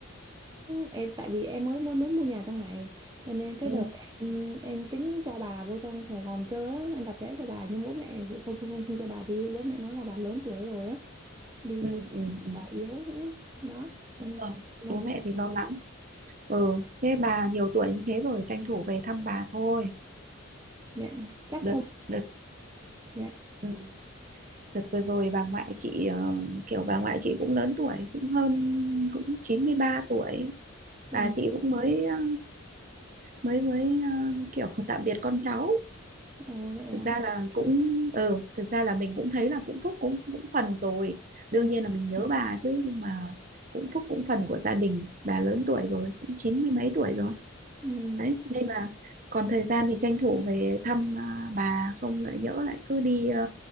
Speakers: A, on the right (about 20°); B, on the right (about 40°).
A: ờ, em tại vì em mới mới mới mua nhà trong này cho nên cái
B: ừ.
A: đợt em em tính cho bà vô trong Sài Gòn chơi á em đặt vé cho bà nhưng bố mẹ không không không không cho bà đi bố mẹ nói là bà lớn tuổi rồi á đi
B: Ừ. Ừ. Ừ.
A: bà yếu nữa đó cho
B: đúng
A: nên
B: rồi
A: là lâu
B: bố mẹ thì lo lắng ừ thế bà nhiều tuổi như thế rồi tranh thủ về thăm bà thôi
A: dạ chắc
B: đợt
A: không
B: đợt
A: dạ
B: ừ. Đợt vừa rồi bà ngoại chị ờ, kiểu bà ngoại chị cũng lớn tuổi cũng hơn cũng 93 tuổi
A: ừ.
B: bà chị cũng mới ờ, mới mới ờ, kiểu tạm biệt con cháu
A: Ồ vậy
B: thực
A: à
B: ra là cũng ừ thực ra là mình cũng thấy là cũng phúc cũng cũng phần rồi đương
A: ừ.
B: nhiên là mình nhớ bà chứ nhưng mà cũng phúc cũng phần của gia đình bà lớn tuổi rồi cũng chín mươi mấy tuổi rồi
A: Ừ.
B: đấy nên là còn thời gian thì tranh thủ về thăm à, bà không lại nhỡ lại cứ đi ờ,